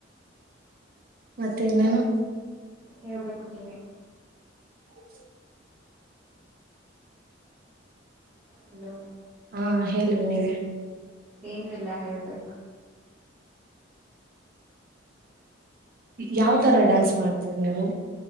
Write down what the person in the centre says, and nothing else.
ಹೇಳ್ಬೇಕು ನೀವೇ
ಹಲೋ
ಏನುೂ ಇಲ್ಲ ಹೇಳ ಬೇಕ